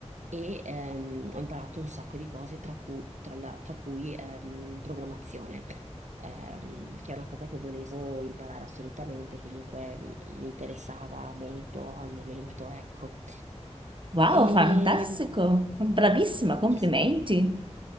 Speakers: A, on the right (about 85°); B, on the right (about 45°).
A: e ehm, ho imparato un sacco di cose, tra cui, tra la- tra cui, ehm, programmazione, ehm, che è una cosa che volevo imparare assolutamente, comunque mi mi interessava molto al momento, ecco.
B: Wow,
A: E,
B: fantastico, bravissima, complimenti.
A: s-